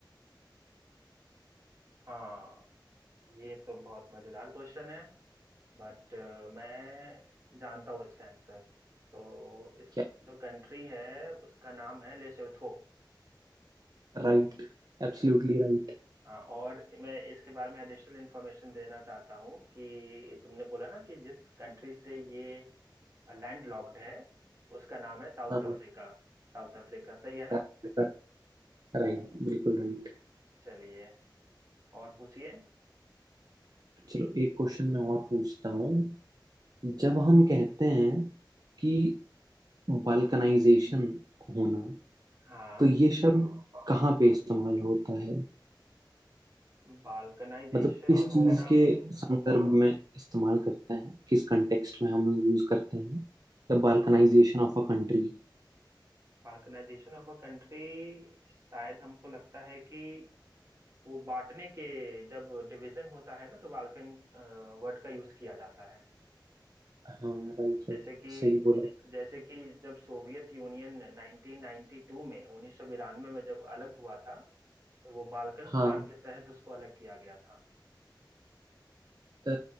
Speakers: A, on the right; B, on the right.
A: हाँ ये तो बहुत मजेदार क्वेश्चन है बट मैं जानता हूँ इसका आंसर तो इस
B: क्या
A: जो कंट्री है उसका नाम है लेसोथो
B: Right absolutely right
A: हाँ और मैं इसके बारे में एडिशनल इन्फॉर्मेशन देना चाहता हूँ कि तुमने बोला ना कि जिस कंट्री से ये लैंड लॉक्ड है उसका नाम है साउथ
B: हाँ
A: अफ्रीका साउथ अफ्रीका सही है
B: राइट
A: ना
B: राइट राइट बिल्कुल राइट
A: चलिए और पूछिए
B: चलो एक क्वेश्चन मैं और पूछता हूँ जब हम कहते हैं कि बाल्कनाइजेशन होना
A: हाँ
B: तो ये शब्द कहाँ पे इस्तेमाल होता है
A: बाल्कनाइजेशन
B: मतलब किस चीज
A: होना
B: के संदर्भ में इस्तेमाल करते हैं किस कंटेक्स्ट में हम लोग यूज करते हैं The balkanization of a country
A: बाल्कनाइजेशन ऑफ अ कंट्री शायद हमको लगता है कि वो बांटने के जब डिवीजन होता है ना तो बाल्कन वर्ड का यूज किया जाता है
B: हाँ Right
A: जैसे
B: right
A: कि
B: सही बोला
A: जैसे कि जब सोवियत यूनियन 1992 में 1992 में जब अलग हुआ था तो वो बाल्कन
B: हाँ
A: प्लान के तहत उसको अलग किया गया था
B: अ,